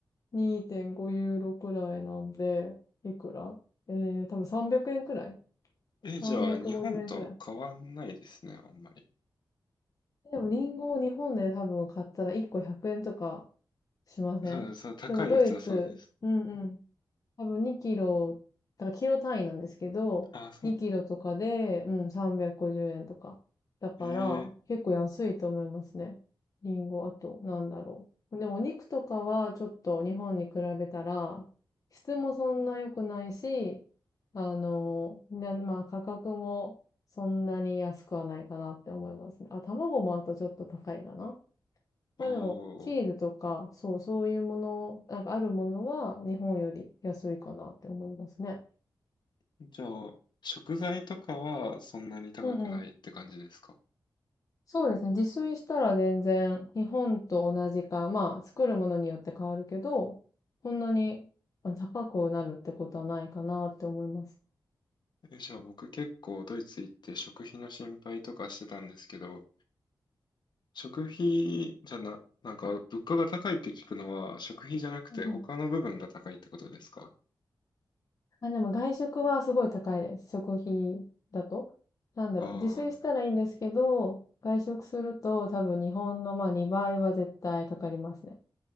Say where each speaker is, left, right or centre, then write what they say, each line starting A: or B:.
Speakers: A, on the left; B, on the left.
A: ?2.5 ユーロくらいなんで、いくらえー、多分300円くえんくらい
B: え、
A: ?350
B: じゃあ日本と変わんないですね、
A: 円くらい。
B: あんまり。
A: でもリンゴを日本で多分買ったら1個100円とかしませんでもドイツ、
B: そうです、そう、高いやつはそうです。
A: うんうん。多分2キロ、だからキロ単位なんですけど、
B: あ、そう。
A: 2キロとかで、うん、350円とか。だから、
B: ええ
A: 結構安いと思いますね。リンゴ、あと、なんだろう。でもお肉とかはちょっと日本に比べたら、質もそんな良くないし、あの、な、まあ価格もそんなに安くはないかなって思いますね。あ、卵もあとちょっと高いかな。まあでも、
B: ああー。
A: チーズとか、そう、そういうもの、なんかあるものは日本より安いかなって思いますね。
B: じゃあ、食材とかはそんなに高くないって感じですか
A: うんうん。そうですね。自炊したら全然日本と同じか、まあ作るものによって変わるけど、こんなにあ高くなるってことはないかなって思います。
B: え、じゃあ僕結構ドイツ行って食費の心配とかしてたんですけど、食費じゃな、なんか物価が高いって聞くのは食費じゃなくて他の部分が高いってことですか
A: うんうん。あ、でも外食はすごい高いです。食費だと。なんだろう、
B: ああー、
A: 自炊したらいいんですけど、
B: なるほ
A: 外食すると多分日本のまあ2倍は絶対かかりますね。